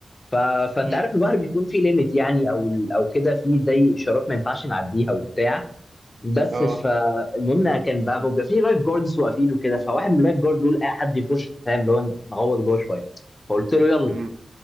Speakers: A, on the left; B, on the right.
A: ف... فانت
B: أمم.
A: عارف البحر بيكون فيه ليميت يعني او او كده فيه زي اشارات ما ينفعش نعديها وبتاع بس
B: آه
A: فالمهم كان بقى بيبقى فيه لايف جاردز واقفين وكده فواحد من اللايف جارد دول اي حد يخش فاهم اللي هو نغوط جوه شويه فقلت له يلا
B: أمم.